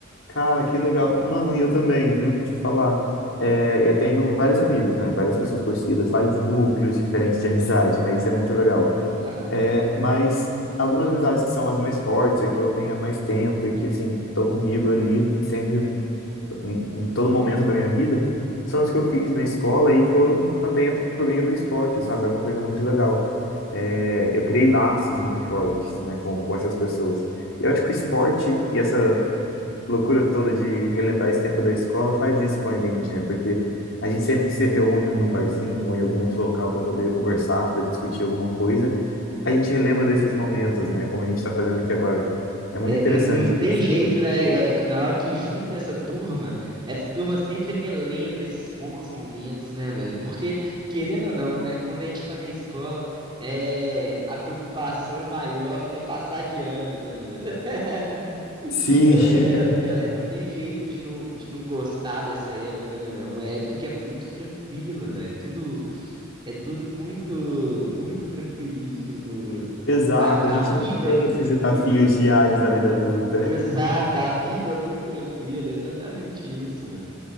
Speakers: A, on the left (about 80°); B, on the right (about 25°).
A: Cara, que legal. Mano, e eu também, viu? Te falar. É, eu tenho vários amigos, né? Várias pessoas conhecidas, vários núcleos diferentes de amizade, né? Isso é muito legal.
B: Aham.
A: É, mas algumas amizades que são as mais fortes, é que eu tenho há mais tempo e que, assim, estão comigo ali sempre em, em todo momento da minha vida são os que eu fiz na escola e foram também at- por meio do esporte, sabe? É uma coisa muito legal. É, eu criei laços muito fortes, né, com, com essas pessoas. E eu acho que o esporte e essa loucura toda de relembrar esse tempo da escola faz isso com a gente, né? Porque a gente sempre que se reúne num barzinho ou em algum outro local para poder conversar, para discutir alguma coisa, a gente relembra desses momentos, né? Como a gente está fazendo aqui agora. É muito
B: É,
A: interessante
B: n- não tem
A: isso.
B: jeito, né? É, na hora que junta essa turma, essa turma sempre relembra esses bons momentos, né, velho? Porque, querendo ou não, né? Quando a gente tá na escola, é, a preocupação maior é passar de ano, né, velho? <laughs>
A: Sim,
B: É,
A: <laughs>
B: é, é, não tem jeito de não, de não gostar dessa época, né, velho? É Uma época que é muito tranquila, velho. Tudo, é tudo muito, muito tranquilinho no,
A: Exato,
B: na, a
A: a gente
B: vida
A: não tem
B: é muito
A: esses
B: tranquila,
A: desafios
B: né?
A: diários da vida adulta.
B: Exato, a vida é muito tranquila, é exatamente isso, mano.